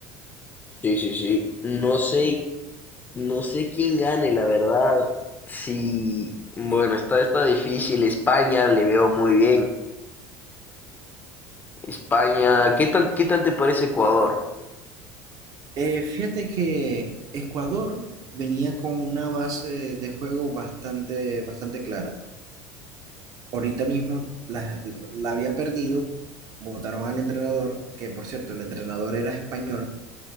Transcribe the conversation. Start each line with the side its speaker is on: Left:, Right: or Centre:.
Left: sí, sí. sí. No sé, no sé quién gane, la verdad. sí bueno, está, está difícil. España le veo muy bien. España, ¿qué tal, qué tal te parece Ecuador?
Right: Eh, fíjate que Ecuador venía con una base de juego bastante, bastante clara. Ahorita mismo la, la había perdido, votaron al entrenador, que por cierto, el entrenador era español,